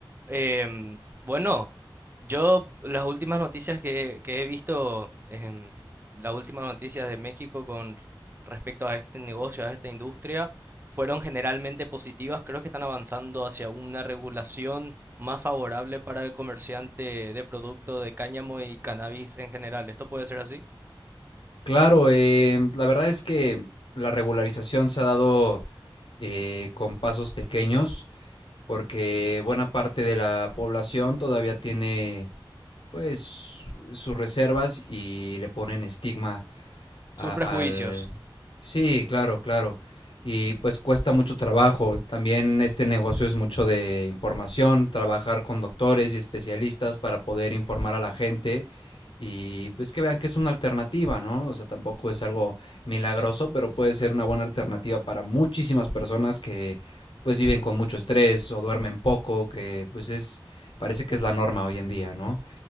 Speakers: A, on the right; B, on the left.
A: em, bueno, yo las últimas noticias que, que he visto, em, las últimas noticias de México con respecto a este negocio, a esta industria, fueron generalmente positivas. Creo que están avanzando hacia una regulación más favorable para el comerciante de producto de cáñamo y cannabis en general. ¿Esto puede ser así?
B: claro, eh, la verdad es que la regularización se ha dado eh, con pasos pequeños. porque buena parte de la población todavía tiene pues sus reservas y le ponen estigma
A: Sus
B: a-
A: prejuicios.
B: al... Sí, claro, claro. Y pues cuesta mucho trabajo. También este negocio es mucho de información, trabajar con doctores y especialistas para poder informar a la gente y pues que vean que es una alternativa, ¿no? O sea, tampoco es algo milagroso, pero puede ser una buena alternativa para muchísimas personas que pues viven con mucho estrés o duermen poco, que pues es, parece que es la norma hoy en día, ¿no?